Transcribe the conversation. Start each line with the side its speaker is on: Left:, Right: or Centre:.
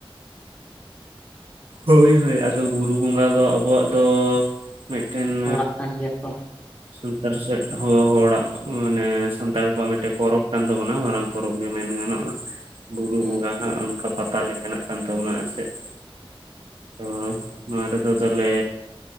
Right: ᱦᱳᱭ ᱦᱳᱭ ᱟᱫᱚ ᱵᱩᱨᱩ ᱵᱚᱸᱜᱟ ᱫᱚ ᱟᱵᱚᱣᱟᱜ ᱫᱚ ᱢᱤᱫᱴᱮᱱ
Left: ᱦᱚᱲᱟᱜ ᱠᱟᱱ ᱜᱮᱭᱟ ᱛᱚ
Right: ᱥᱟᱱᱛᱟᱲ ᱥᱮᱫ ᱦᱚᱲᱟᱜ ᱢᱟᱱᱮ ᱥᱟᱱᱛᱟᱲ ᱠᱚᱣᱟᱜ ᱢᱤᱫᱴᱮᱡ ᱯᱚᱨᱚᱵ ᱠᱟᱱ ᱛᱟᱵᱚᱱᱟ ᱢᱟᱨᱟᱝ ᱯᱚᱨᱚᱵᱽ ᱜᱮ ᱢᱮᱱ ᱜᱟᱱᱚᱜᱼᱟ
Left: ᱦᱮᱸ
Right: ᱵᱩᱨᱩ
Left: ᱦᱮᱸ
Right: ᱵᱚᱸᱜᱟ ᱦ ᱚᱱᱠᱟ ᱯᱟᱛᱟ ᱞᱮᱠᱟᱱᱟᱜ ᱠᱟᱱ ᱛᱟᱵᱚᱱᱟ ᱟᱨ ᱪᱮᱫ ᱛᱚ ᱱᱚᱣᱟ ᱨᱮᱫᱚ ᱛᱟᱦᱞᱮ